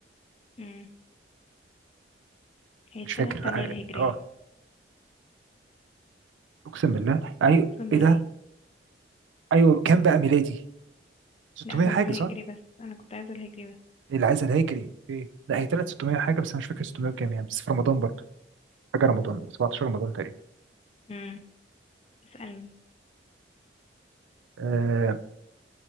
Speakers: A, on the left; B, on the right.
A: مم. هي السنة
B: مش فاكر
A: التانية
B: لا
A: الهجرية
B: آه آه، أقسم بالله أيوه
A: أقسم
B: إيه
A: بالله
B: ده أيوه كام بقى ميلادي 600
A: لأ هو
B: حاجة
A: هجري
B: صح
A: بس أنا كنت عايزة الهجري بس
B: العزل الهجري أوكي لا هي طلعت 600 حاجة بس أنا مش فاكر 600 كام يعني بس في رمضان برضه حاجة رمضان 17 رمضان تقريبا
A: مم. اسألني
B: آه